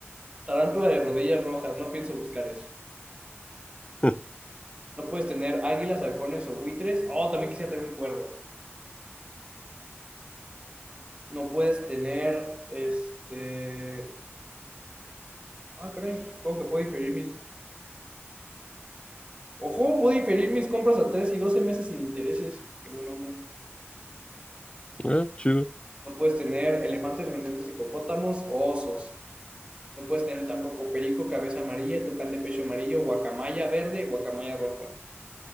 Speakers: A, on the right; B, on the left.
A: tarántula de rodillas rojas, no pienso buscar eso.
B: <laughs>
A: No puedes tener águilas, halcones o buitres. Oh, también quisiera tener un cuervo. No puedes tener, este... Ah, caray, ¿cómo que puedo diferir mis... Ojo, puedo diferir mis compras a 3 y 12 meses sin intereses. Qué buena onda.
B: Ah, chido.
A: No puedes tener elefantes, rinocerontes, hipopótamos o osos. No puedes tener tampoco perico, cabeza amarilla, tucán de pecho amarillo, guacamaya verde, guacamaya roja.